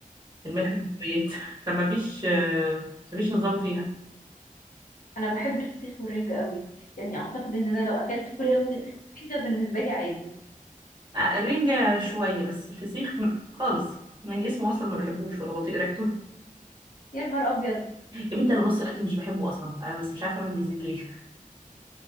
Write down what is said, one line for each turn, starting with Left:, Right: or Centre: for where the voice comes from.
Right: الملح والحلويات <laughs> فما فيش آه، مفيش نظام فيها
Left: انا بحب الفسيخ والرنجة قوي يعني اعتقد ان انا لو اكلت كل
Right: آه،
Left: يوم فسيخ ورنجة بالنسبة لي عادي
Right: الرنجة شوية بس الفسيخ م- خالص من اسمه أصلا ما بحبوش ولا بطيق ريحته
Left: يا نهار ابيض
Right: يا بنتي انا نص الاكل مش بحبه اصلا أنا بس مش عارفه الواحد بيزيد ليه